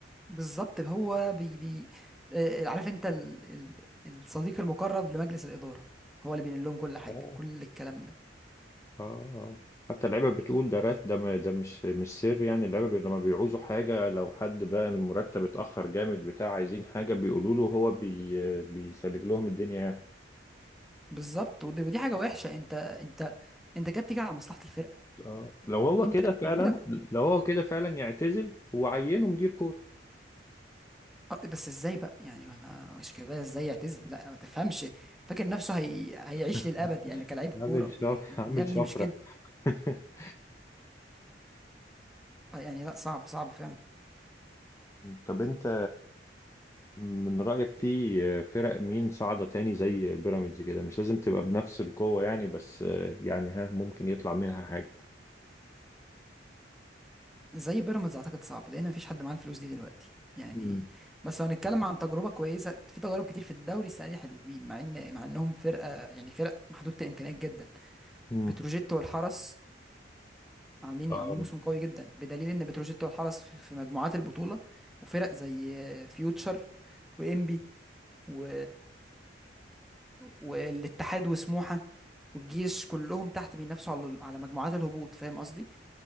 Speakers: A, in the centre; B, on the left.
A: بالظبط هو بي بي آه، عارف انت ال... ال... الصديق المقرب لمجلس الاداره هو اللي بينقل لهم كل حاجه
B: اه
A: كل الكلام ده
B: اه اه حتى اللعيبه بتقول ده راس ده م- ده مش مش سر يعني اللعيبه بي- لما بيعوزوا حاجه لو حد بقى المرتب اتاخر جامد بتاع عايزين حاجه بيقولوا له هو بي بيسلك لهم الدنيا يعني
A: بالظبط ودي, ودي حاجه وحشه انت انت انت كده بتيجي على مصلحه الفرقه
B: اه لو هو
A: انت
B: كده فعلا
A: وجودك
B: لو هو كده فعلا يعتزل وعينه مدير كوره
A: آه، بس ازاي بقى يعني ما مش كده ازاي يعتزل لا ما تفهمش فاكر نفسه هي... هيعيش
B: <laughs>
A: للابد يعني كلاعب كوره
B: عامل شف...
A: يا ابني
B: عامل
A: يا ابني
B: شفره
A: مش كده
B: <laughs>
A: يعني لا صعب صعب فعلا
B: طب انت من رأيك في فرق مين صاعدة تاني زي بيراميدز كده مش لازم تبقى بنفس القوة يعني بس يعني ها ممكن يطلع منها حاجة
A: زي بيراميدز اعتقد صعب لان مفيش حد معاه الفلوس دي دلوقتي يعني
B: مم.
A: بس لو هنتكلم عن تجربه كويسه في تجارب كتير في الدوري السنه دي حلوين مع ان مع انهم فرقه يعني فرق محدوده الامكانيات جدا
B: مم.
A: بتروجيت والحرس عاملين
B: اه
A: عاملين موسم قوي جدا بدليل ان بتروجيت والحرس في في مجموعات البطوله وفرق زي فيوتشر وانبي و والاتحاد وسموحه والجيش كلهم تحت بينافسوا على على مجموعات الهبوط فاهم قصدي